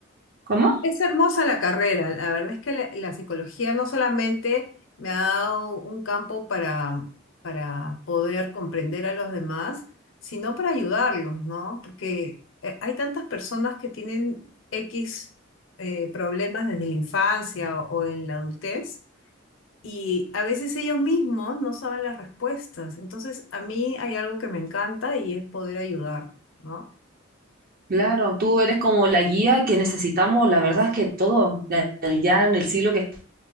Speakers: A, on the right; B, on the left.
A: ¿Cómo?
B: es hermosa la carrera. La verdad es que la, la psicología no solamente me ha dado un campo para, para poder comprender a los demás, sino para ayudarlos, ¿no? Porque eh, hay tantas personas que tienen X eh, problemas desde la infancia o o en la adultez Y a veces ellos mismos no saben las respuestas. Entonces, a mí hay algo que me encanta y es poder ayudar, ¿no?
A: Claro, tú eres como la guía que necesitamos, la verdad es que todo, eh, ya en el siglo que